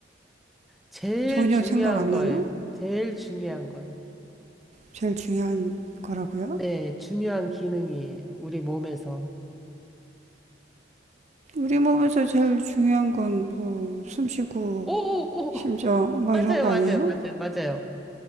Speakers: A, in the centre; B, on the right.
A: 제일
B: 전혀
A: 중요한
B: 생각 안
A: 거예요.
B: 나는?
A: 제일 중요한 거예요.
B: 제일 중요한 거라고요?
A: 네, 중요한 기능이에요. 우리 몸에서.
B: 우리 몸에서 제일 중요한 건 뭐 숨 쉬고
A: 오오오.
B: 심장 뭐
A: 맞아요,
B: 이런 거 아니에요?
A: 맞아요, 맞아요, 맞아요.